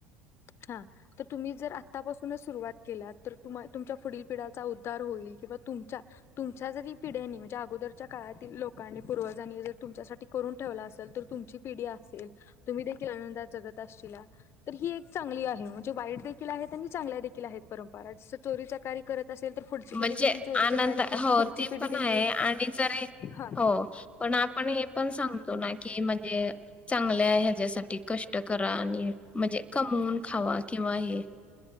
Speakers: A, on the left; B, on the left.
A: हा तर तुम्ही जर आत्तापासूनच सुरुवात केलात तर तुम्हा तुमच्या पुढील पिढ्याचा उद्धार होईल किंवा तुमच्या तुमच्या जरी पिढ्यांनी म्हणजे अगोदरच्या काळातील लोकांनी पूर्वजांनी जर तुमच्यासाठी करून ठेवलं असलं तर तुम ची पिढी असेल तुम्ही देखिल आनंदात जगत असशीला तर ही एक चांगली आहे म्हणजे वाईट देखील आहेत आणि चांगल्या देखील आहेत परंपरा जसं चोरीचा कार करत असेल तर पुढची
B: म्हणजे
A: पिढी देखील चोरी
B: आनंद
A: चकारी तिची
B: हो
A: पुढची
B: ते
A: पिढी
B: पण
A: देखील
B: आहे आणि जरी
A: हा
B: हो पण आपण हे पण सांगतो ना की म्हणजे चांगले आहे ह्याच्यासाठी कष्ट करा आणि म्हणजे कमवून खावा किंवा हे